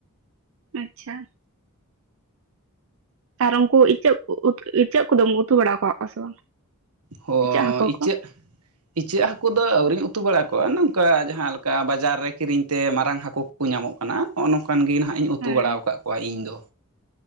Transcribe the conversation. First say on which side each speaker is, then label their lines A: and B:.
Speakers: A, on the right; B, on the right.
A: ᱟᱪᱪᱷᱟ᱾ ᱟᱨ ᱩᱱᱠᱩ ᱤᱪᱟᱹᱜ ᱠᱩ ᱤᱪᱟᱹᱜ ᱠᱩᱫᱩᱢ ᱩᱛᱩ ᱵᱟᱲᱟ ᱟᱠᱟᱫ ᱠᱚᱣᱟ ᱥᱮ ᱵᱟᱝ?
B: ᱦᱚᱸ
A: ᱤᱪᱟᱹᱜ ᱦᱟᱹᱠᱳ
B: ᱤᱪᱟᱹᱜᱼᱼ
A: ᱠᱚ
B: ᱤᱪᱟᱹᱜ ᱦᱟᱹᱠᱩ ᱫᱚ ᱟᱹᱣᱨᱤᱧ ᱩᱛᱩ ᱵᱟᱲᱟ ᱠᱚᱣᱟ, ᱱᱚᱝᱠᱟ ᱡᱟᱦᱟᱸ ᱞᱮᱠᱟ ᱵᱟᱡᱟᱨ ᱨᱮ ᱠᱤᱨᱤᱧ ᱛᱮ ᱢᱟᱨᱟᱝ ᱦᱟᱹᱠᱩᱼᱼ ᱠᱚ ᱧᱟᱢᱚᱜ ᱠᱟᱱᱟ ᱱᱚᱜᱼᱚ ᱱᱚᱝᱠᱟᱱ ᱜᱮ ᱱᱟᱦᱟᱜ ᱤᱧ ᱩᱛᱩ
A: ᱦᱮᱸ
B: ᱵᱟᱲᱟ ᱟᱠᱟᱜ ᱠᱚᱣᱟ ᱤᱧ ᱫᱚ᱾